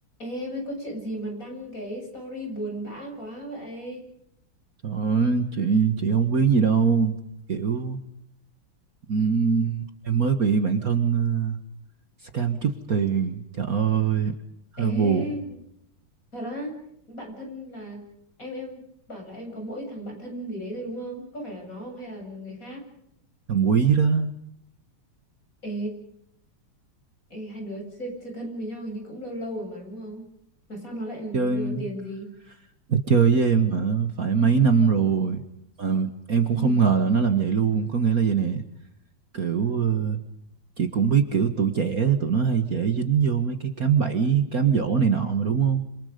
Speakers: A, on the left (about 40°); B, on the right (about 45°).
A: Ê em ơi có chuyện gì mà đăng cái story buồn bã quá vậy?
B: Trời ơi, chị chị không biết gì đâu kiểu ừm, em mới bị bạn thân ờ, scam chút tiền trời ơi hơi
A: Ê
B: buồn
A: thật á bạn thân là em em bảo là em có mỗi thằng bạn thân gì đấy thôi đúng không? Có phải là nó không hay là người khác?
B: thằng Quý đó
A: Ê, ê hai đứa chơi, chơi thân với nhau hình như cũng lâu lâu rồi mà đúng không? Mà sao nó lại lừa
B: chơi
A: tiền gì?
B: nó chơi với em hả phải mấy năm rồi mà em
A: Ừ
B: cũng không ngờ là nó làm vậy luôn có nghĩa là vậy nè kiểu ờ, chị cũng biết kiểu tụi trẻ tụi nó hay dễ dính vô mấy cái cám bẫy cám dỗ này nọ mà đúng không